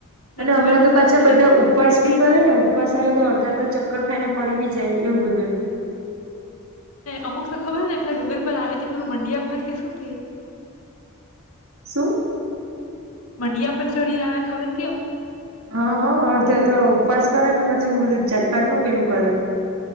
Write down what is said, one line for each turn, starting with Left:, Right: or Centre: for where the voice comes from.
Left: ને
Right: અને
Left: ડુંગર
Right: હમણાં
Left: ઉતરે
Right: તો પાછા
Left: ને તમે
Right: બધા ઉપવાસ બી કરે ને ઉપવાસ આવે તો અડધા અડધા ચ કકર ખાઈ ને પડી બી જાય એવું બધું એ
Left: અમુક તો ખબર ને પેલા ડુંગર પર આવે તો પેલું મંડિયા પર કે શું કે
Right: શું?
Left: મંડિયા પર ચડીને આવે ખબર કેવું.
Right: હા હા અડધા તો ઉપવાસ કરે ને પછી બધું જાતપાત ન પેલું કરે.